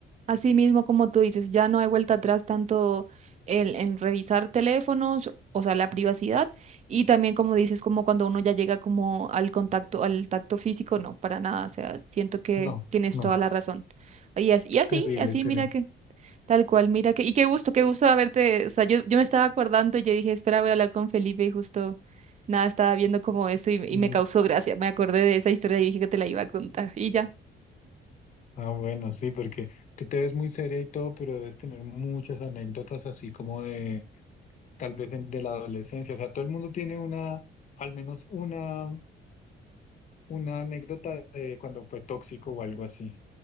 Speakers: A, on the right; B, on the left.
A: Así mismo como tú dices, ya no hay vuelta atrás tanto el, en revisar teléfonos, o sea, la privacidad, y también como dices, como cuando uno ya llega como al contacto, al tacto físico, no, para nada, o sea, siento que
B: No,
A: tienes
B: no,
A: toda la razón. Y así, y así,
B: terrible,
A: y así,
B: terrible.
A: mira que, tal cual, mira que, y qué gusto, qué gusto haberte, o sea, yo, yo me estaba acordando y yo dije, espera, voy a hablar con Felipe y justo, nada, estaba viendo como eso y, y
B: Mm.
A: me causó gracia, me acordé de esa historia y dije que te la iba a contar, y ya.
B: Ah, bueno, sí, porque tú te ves muy seria y todo, pero debes tener muchas anécdotas así como de, tal vez en- de la adolescencia. O sea, todo el mundo tiene una, al menos una, una anécdota de cuando fue tóxico o algo así.